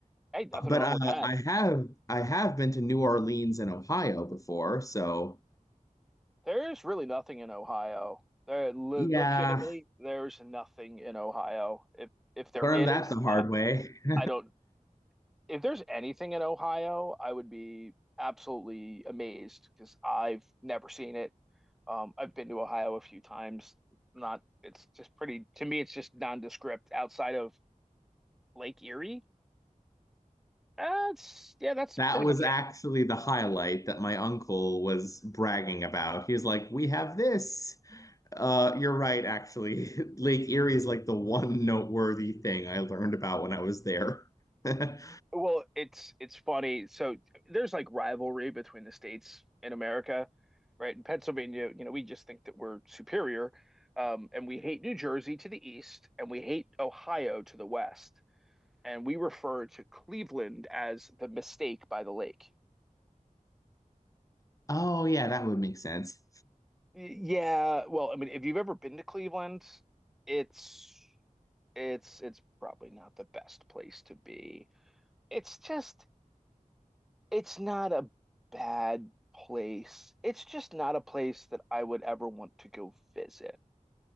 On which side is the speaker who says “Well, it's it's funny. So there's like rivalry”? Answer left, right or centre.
Centre